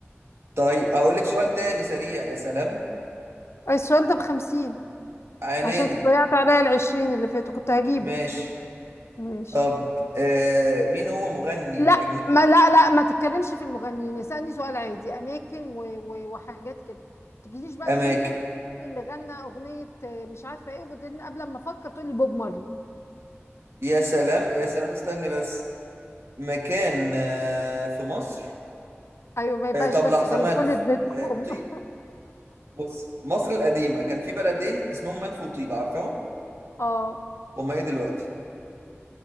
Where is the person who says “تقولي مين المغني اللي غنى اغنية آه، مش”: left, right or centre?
Left